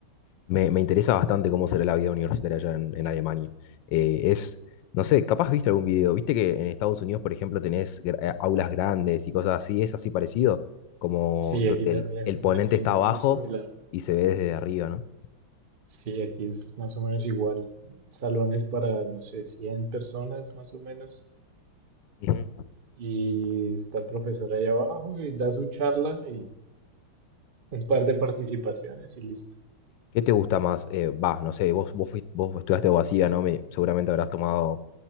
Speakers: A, on the left; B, on the right.
A: Me, me interesa bastante cómo será la vida universitaria allá en, en Alemania. Eh, es, no sé, capaz viste algún video, viste que en Estados Unidos, por ejemplo, tenés gra- eh, aulas grandes y cosas así, es así parecido, como
B: Sí,
A: donde
B: aquí también,
A: el, el ponente
B: aquí
A: está
B: también
A: abajo
B: es similar.
A: y se ve desde arriba, ¿no?
B: Sí, aquí es más o menos igual. Salones para, no sé, 100 personas más o menos.
A: Ujú.
B: Y está el profesor ahí abajo y da su charla y un par de participaciones y listo.
A: ¿Qué te gusta más? Eh, va, no sé, vos, vos, fuis- vos estudiaste abogacía, ¿no? Me- seguramente habrás tomado